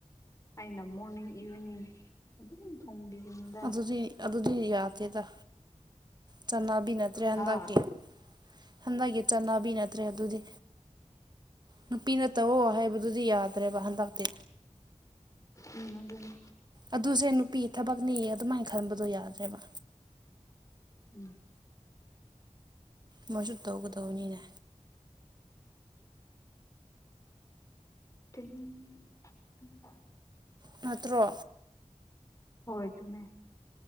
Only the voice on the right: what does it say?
ꯑꯗꯨꯗꯤ ꯑꯗꯨꯗꯤ ꯌꯥꯗꯦꯗ ꯆꯠꯅꯕꯤ ꯅꯠꯇ꯭ꯔꯦ
ꯍꯟꯗꯛꯀꯤ ꯍꯟꯗꯛꯀꯤ ꯆꯠꯅꯕꯤ ꯅꯠꯇ꯭ꯔꯦ ꯑꯗꯨꯗꯤ ꯅꯨꯄꯤꯅ ꯇꯧꯑꯣ ꯍꯥꯏꯕꯗꯨꯗꯤ ꯌꯥꯗ꯭ꯔꯦꯕ ꯍꯟꯗꯛꯇꯤ
ꯑꯗꯨꯁꯦ ꯅꯨꯄꯤ ꯊꯕꯛꯅꯤ ꯑꯗꯨꯃꯥꯏꯅ ꯈꯟꯕꯗꯣ ꯌꯥꯗ꯭ꯔꯦꯕ
ꯃꯣꯏꯁꯨ ꯇꯧꯒꯗꯧꯕꯅꯤꯅꯦ
ꯅꯠꯇ꯭ꯔꯣ